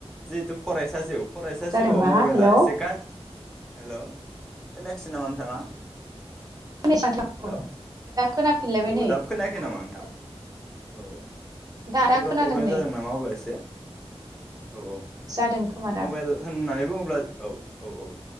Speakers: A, in the centre; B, on the right.
A: जिहेथु फरायसा जिउ फरायसा
B: मा जादोंबा
A: जिउआव मबाइला
B: हेल'
A: एसे गा हेलौ खोनायाखिसै नामा नोंथाङा?
B: खोनायासै माथो
A: हेलौ
B: अ दा खोनाफिनलायबाय नै
A: <unintelligible> दाबो खोनायाखै नामा नोंथां?
B: औ
A: औ अ
B: दा
A: नेटवार्कआ
B: दा खोनादों
A: प्रब्लेम
B: नै
A: जादों नामा अब्ला एसे औ औ
B: जादों खोमादां
A: मबाइल होननानै बुङोब्ला औ औ औ